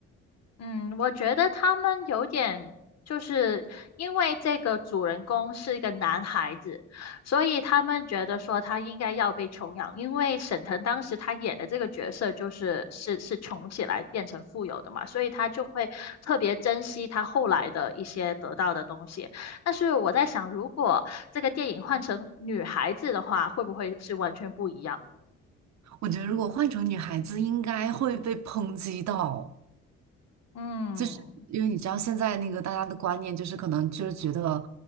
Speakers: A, on the left; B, on the right.
A: 嗯，我觉得他们有点，就是因为这个主人公是一个男孩子，所以他们觉得说他应该要被穷养，因为沈腾当时他演的这个角色就是是是穷起来变成富有的嘛，所以他就会特别珍惜他后来的一些得到的东西。但是我在想，如果这个电影换成女孩子的话，会不会是完全不一样？
B: 我觉得如果换成女孩子，应该会被抨击到。
A: 嗯，
B: 就是因为你知道现在那个大家的观念就是可能就是觉得，